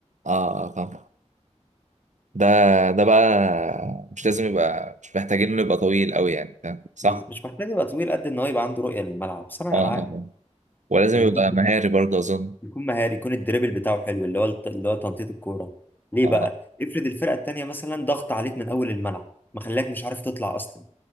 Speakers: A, on the right; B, on the left.
A: اه آه، فاهم ده ده بقى مش لازم يبقى مش محتاجين انه يبقى طويل قوي يعني فاهم صح
B: بس مش محتاج يبقى طويل قد ان هو يبقى عنده رؤيه للملعب صانع
A: اه
B: العاب
A: اه ولازم
B: فاهمني
A: يبقى مهاري برضه أظن
B: يكون مهاري يكون الدريبل بتاعه حلو اللي هو الت- اللي هو تنطيط الكوره ليه
A: آه
B: بقى افرض الفرقه التانيه مثلا ضغط عليك من اول الملعب مخليك مش عارف تطلع اصلا